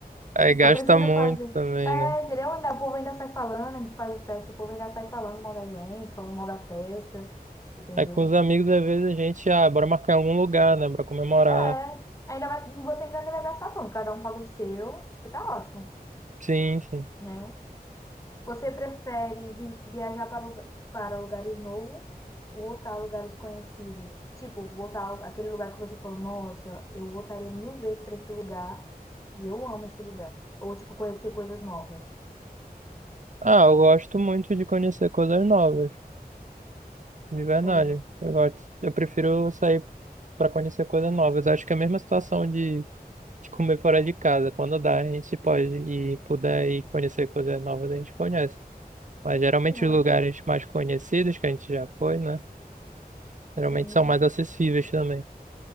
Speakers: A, on the right; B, on the left.
A: aí gasta
B: Eu prefiro
A: muito
B: fazer.
A: também,
B: É,
A: né?
B: entendeu? Ainda, o povo ainda sai falando, a gente faz festa, o povo ainda sai falando mal da gente, falando mal da festa, entendeu?
A: Aí com os amigos, às vezes a gente, ah, bora marcar em algum lugar, né? Pra comemorar.
B: É, ainda mais, você ainda nem vai gastar tanto, cada um paga o seu, tipo, e tá ótimo,
A: Sim, sim.
B: né? Você prefere vi- viajar para, lugar- para lugares novos ou voltar a lugares conhecidos? Tipo, voltar ao- aquele lugar que você falou, nossa, eu voltaria mil vezes para esse lugar e eu amo esse lugar. Ou, tipo, conhecer coisas novas.
A: Ah, eu gosto muito de conhecer coisas novas. De verdade.
B: É, sim,
A: Eu gosto. Eu prefiro sair para conhecer coisas novas. Acho que é a mesma situação de, de comer fora de casa. Quando dá, a gente pode e puder ir conhecer coisas novas, a gente conhece. Mas geralmente
B: é
A: os
B: muito.
A: lugares mais conhecidos que a gente já foi, né? Geralmente
B: Sim.
A: são mais acessíveis também.